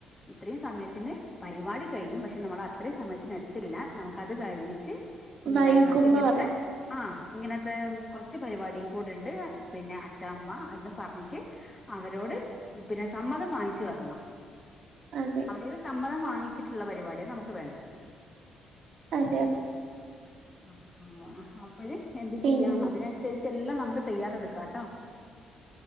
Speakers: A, on the left; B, on the right.
A: ഇത്രയും സമയത്തിന് പരിപാടി കഴിയും പക്ഷെ നമ്മൾ അത്രയും സമയത്തിന് എത്തില്ല നമ്മുക്ക് അത് കഴിഞ്ഞിട്ട് ഇങ്ങനെ
B: വൈകുംന്ന്
A: നമുക്ക് ഇങ്ങനത്തെ
B: പറയാ
A: ആഹ് ഇങ്ങനത്തെ കുറച്ച് പരിപാടിയും കൂടെ ഉണ്ട് പിന്നെ അച്ചാഅമ്മ ഇന്ന് പറഞ്ഞിട്ട് അവരോട് പിന്നെ സമ്മതം വാങ്ങിച്ചു വെക്കണം.
B: അതെ
A: അവരോട് സമ്മതം വാങ്ങിച്ചിട്ടുള്ള പരിപാടിയാണ് നമുക്ക് വേണ്ടത്.
B: അതെ അത്
A: ആഹ് ആഹ് അപ്പോയ് എന്ത്
B: പിൻ
A: ചെയ്യാം അതിന് <unintelligible> അനുസരിച് നമുക്ക് തയ്യാറെടുക്കാട്ടോ.